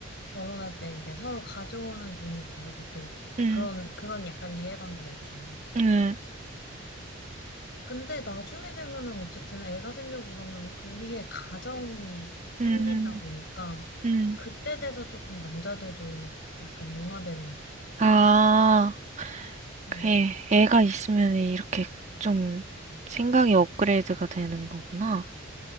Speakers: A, on the left; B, on the right.
A: 결혼할 때 이제 서로 가져오는 돈이 다르고 또
B: 응,
A: 그런, 그런 약간 이해관계가 있잖아.
B: 응,
A: 근데 나중에 되면은 어쨌든 애가 생기고 그러면 우리의 가정이 생기다
B: 응,
A: 보니까
B: 응.
A: 그때 돼서 조금 남자들도 요- 약간 융화되는 거.
B: 아,
A: 응.
B: 그래. 애가 있으면 이렇게 좀 생각이 업그레이드가 되는 거구나.